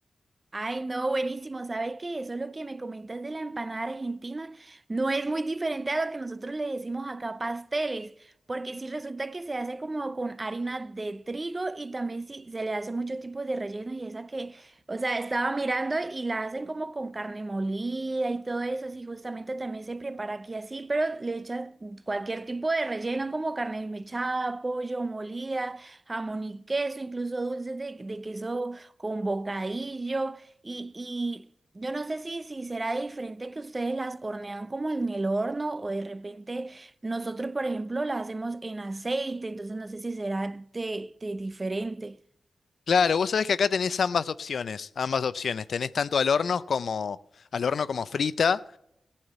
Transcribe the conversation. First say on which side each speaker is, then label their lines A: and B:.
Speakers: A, on the right (about 25°); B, on the left (about 75°).
A: Ay, no, buenísimo. ¿Sabes qué? Eso es lo que me comentas de la empanada argentina. No es muy diferente a lo que nosotros le decimos acá pasteles, porque sí resulta que se hace como con harina de trigo y también sí se le hace muchos tipos de rellenos y esa que, o sea, estaba mirando y la hacen como con carne molida y todo eso. Sí, justamente también se prepara aquí así, pero le echas cualquier tipo de relleno como carne mechada, pollo molida, jamón y queso, incluso dulces de, de queso con bocadillo. Y, y yo no sé si, si será diferente que ustedes las hornean como en el horno o de repente nosotros, por ejemplo, las hacemos en aceite, entonces no sé si será de, de diferente.
B: Claro, vos sabés que acá tenés ambas opciones, ambas opciones. Tenés tanto al horno como, al horno como frita.